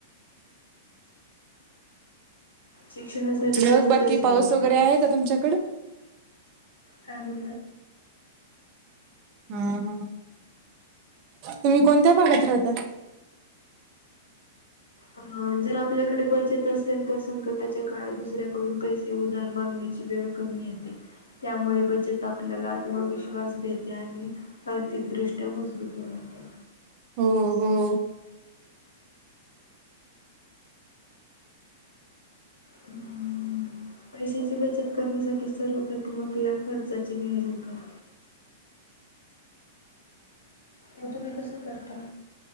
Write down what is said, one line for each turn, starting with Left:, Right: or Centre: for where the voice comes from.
Left: शिक्षणासाठी
Right: मग
Left: जास्त
Right: बाकी
Left: पैसे
Right: पाऊस
Left: लागतात.
Right: वगैरे आहे का तुमच्याकडे?
Left: काही
Right: हा हा तुम्ही कोणत्या भागात राहता?
Left: अ जर आपल्याकडे बचत असेल तर, संकटाच्या काळात दुसऱ्याकडून पैसे उधार मागण्याची वेळ कमी येते, त्यामुळे बचत आपल्याला आत्मविश्वास देते आणि आर्थिकदृष्ट्या मजबूत बनवता.
Right: हो हो.
Left: अं, पैशाची बचत करण्यासाठी सर्वप्रथम आपल्या खर्चाचे नियोजन करा. मग तुम्ही कस करता?